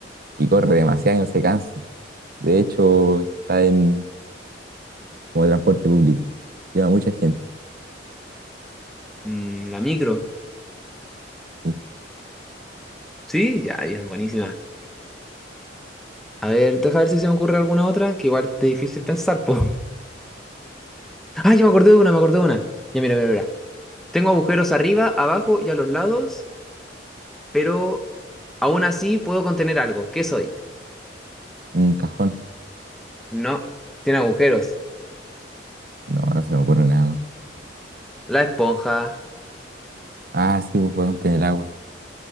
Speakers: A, on the right; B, in the centre.
A: Y corre demasiado y no se cansa. De hecho, está en como transporte público. Lleva mucha gente.
B: Mm, la micro.
A: Sí.
B: Sí, ya, ya, buenísima. A ver, deja ver si se me ocurre alguna otra, que igual es difícil pensar, po. <laughs> Ah, yo me acordé de una, me acordé de una. Ya, mira, mira, mira. Tengo agujeros arriba, abajo y a los lados, pero aún así puedo contener algo. ¿Qué soy?
A: Un cajón.
B: No, tiene agujeros.
A: No, no se me ocurre nada más.
B: La esponja.
A: Ah, sí, pues podemos tener agua.